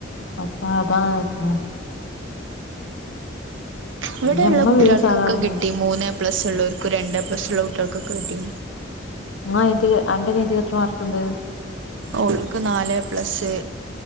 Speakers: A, on the left; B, on the right.
A: അപ്പതാന്നോ
B: ഇവിടെള്ള
A: പിന്നെ ഇമ്മ
B: കുട്ട്യാൾക്കൊക്കെ
A: വീഴും സാധാരണ
B: കിട്ടി മൂന്നേപ്ലസ്ള്ളോർക്കും രണ്ടേപ്ലസ്ള്ള കുട്ട്യാൾക്കൊക്കെ കിട്ടി
A: ങ്ങാഎതിക് അന്റെ രീതീലെത്ര മാർക്ക്ണ്ട്?
B: ഓൾക്ക് നാലേപ്ലസ്